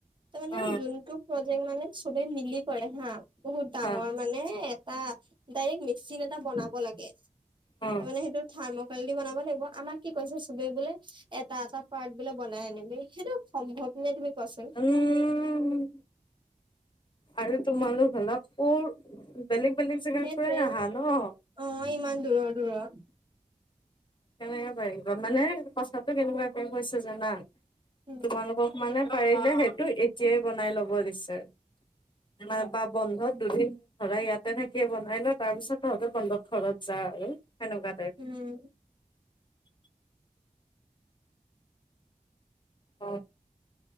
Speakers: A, on the right; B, on the left.
A: তাৰ মানে
B: অ
A: যোনটো প্ৰজেক্ট মানে চবেই মিলি কৰে হা বহুত ডাঙৰ
B: হা
A: মানে এটা ডাইৰেক্ট মিক্সিন এটা বনাব লাগে
B: অ
A: তাৰ মানে সেইটো থাৰ্মকলল দি বনাব লাগিব আমাক কি কৈছে চবেই বোলে এটা এটা পাৰ্ট বোলে বনাই আনিবি সেইটো সম্ভৱ নে তুমি পচন্দ
B: উম আৰু তোমালোক হালকৌ বেলেগ বেলেগ জেগাৰ
A: সেইটোৱে
B: পৰাই আহা ন
A: অ ইমান দূৰৰ দূৰৰ
B: কেনেকে পাৰিবা মানে কথাটো কেনেকুৱাকে কৈছে জান
A: উম
B: তোমালোকক মানে পাৰিলে সেইটো এতিয়াই বনাই লব দিচাৰে ন বা বন্ধত দুদিন ধৰা ইয়াতে থাকি বনাই ল তাৰ পিছত তহঁতৰ বন্ধত ঘৰত যা আৰু সেনেকুৱা টাইপ
A: উম
B: অ।